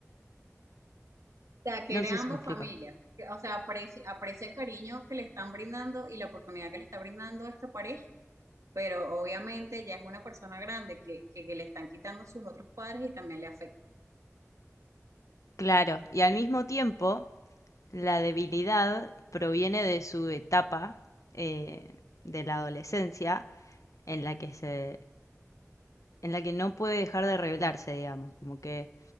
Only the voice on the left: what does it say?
No
sé
si me explico.
claro. Y al mismo tiempo, la debilidad proviene de su etapa eh, de la adolescencia en la que se, en la que no puede dejar de rebelarse, digamos. Como que